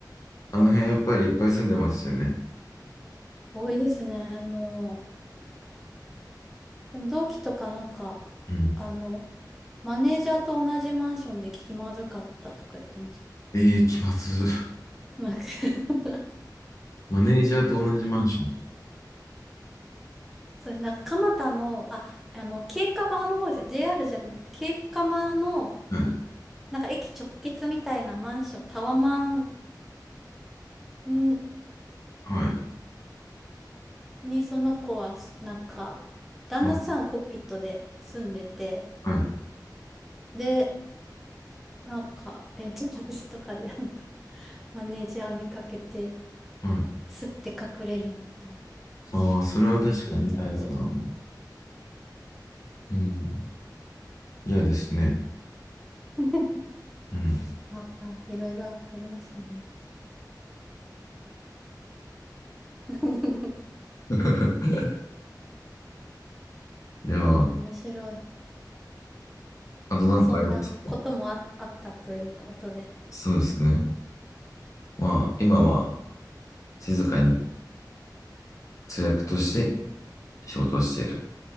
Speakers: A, on the left (about 45°); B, in the centre.
A: あの辺やっぱりいっぱい住んでますよね。
B: 多いですね、もう。でも同期とかなんか、
A: うん。
B: あの、マネージャーと同じマンションで気まずかったとか言ってました。
A: ええ気まず。<laughs>
B: なんか <laughs>
A: マネージャーと同じマンション。
B: そう、なんか蒲田の、あ、あの、京釜の方ですね。JR じゃなくて、京釜の、
A: はい。
B: なんか駅直結みたいなマンション、タワマンん
A: はい。
B: にその子は、なんか、旦那さんコックピットで住んでて、
A: はい。はい。
B: で、なんか、エントランスとかで、なんか、マネージャー見かけて、
A: はい。
B: すって隠れるみたいな。
A: ああー、それは確かに嫌だな。
B: 言ってました。
A: うん。嫌ですね。
B: <laughs>
A: うん。
B: ああ、いろいろありますよね。<laughs>
A: <laughs> じゃあ、
B: いや、面白い。
A: あと何かありますか
B: まあ、そんなこともあ、あったということで。
A: そうですね。まあ、今は静かに通訳として仕事をしている。